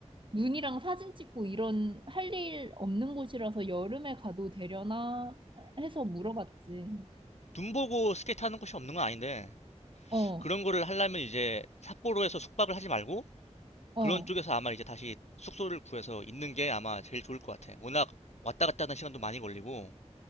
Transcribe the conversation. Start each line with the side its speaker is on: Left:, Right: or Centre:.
Right: 눈이랑 사진 찍고 이런 할 일 없는 곳이라서 여름에 가도 되려나 해서 물어봤지.
Left: 눈 보고 스케이트 하는 곳이 없는 건 아닌데
Right: 어,
Left: 그런 거를 하려면 이제 삿포로에서 숙박을 하지 말고
Right: 어,
Left: 그런 쪽에서 아마 이제 다시 숙소를 구해서 있는 게 아마 제일 좋을 것 같아. 워낙 왔다 갔다 하는 시간도 많이 걸리고.